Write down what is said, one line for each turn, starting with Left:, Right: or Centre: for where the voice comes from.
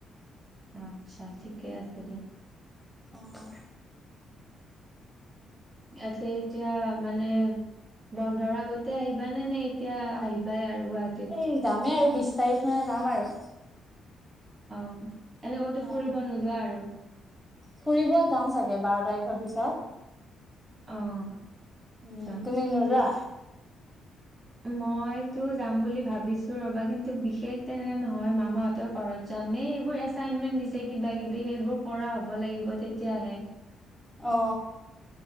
Right: আচ্ছা ঠিকে আছে দিয়া।
Centre: অঁহ।
Right: এয়াতে এতিয়া মানে বন্ধৰ আগতে আহিবা নে নে এতিয়া আহিবাই আৰু গুৱাহাটীত
Centre: এই যামেই আৰু বিশ তাৰিখ মানে যাম আৰু
Right: অ এনেইকতো ফুৰিব
Centre: অ',
Right: নোযোৱা আৰু
Centre: ফুৰিব যাম চাগে বাৰ তাৰিখৰ পিছত।
Right: অ আচ্ছা
Centre: উম তুমি নোযোৱা?
Right: মইতো যাম বুলি ভাবিছো ৰবা কিন্তু বিশেষ তেনেকে নহয় মামা ত ঘৰত যামে, এইবোৰ এচাইনমেন্ট দিছে কিবা - কিবি সেইবোৰ কৰা হ'ব লাগিব তেতিয়াহে।
Centre: অ।